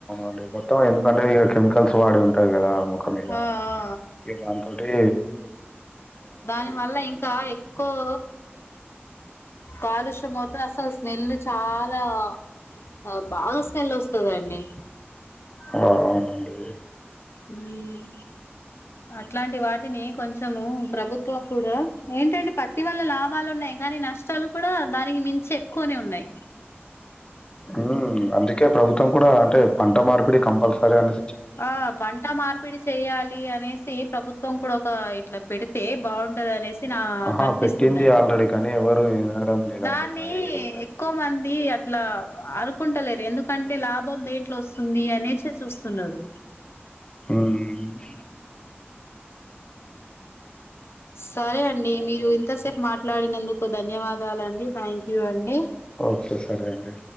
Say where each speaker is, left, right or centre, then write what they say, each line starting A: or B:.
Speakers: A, on the left; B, on the left.
A: అనే మొత్తం ఎందుకంటే ఇక కెమికల్స్ వాడి ఉంటాయి కదా ముఖం మీద
B: ఆ ఆ
A: ఏదాంత ఒకటి
B: దాని వల్ల ఇంకా ఎక్కువ కాలుష్యం అవుతే అసలు స్మెల్ చాలా చాల బాగా స్మెల్ వస్తుందండి
A: ఆ అవునండి
B: ఉమ్ అట్లాంటి వాటిని కొంచెం కొంచెము ప్రభుత్వం కూడా ఏంటంటే పత్తి వల్ల లాభాలు ఉన్నాయి కానీ నష్టాలు కూడా దానికి మించి ఎక్కువనే ఉన్నాయి
A: ఉమ్, అందుకే ప్రభుత్వం కూడా అంటే పంట మార్పిడి కంపల్సరీ అనే
B: ఆ పంట మార్పిడి చెయ్యాలి అనేసి ప్రభుత్వం కొంకడు ఒక ఇట్లా పెడితే బాగుంటది అనే నా
A: ఆహా
B: కనిపిస్తుందిండి
A: పెట్టింది ఆల్రెడీ కానీ ఎవరు వినడం లేదండి
B: దాన్ని
A: మా ఏరియాలో సైడ్
B: ఎక్కువ మంది అట్లా అనుకుంటలేరు ఎందుకంటే లాభం దేంట్లో వస్తుంది అనేసి చూస్తున్నారు
A: ఉమ్
B: సరే అండి మీరు ఇంతసేపు మాట్ మాట్లాడినందుకు ధన్యవాదాలండి థ్యాంక్ యూ అండి
A: ఓకే సరే అండి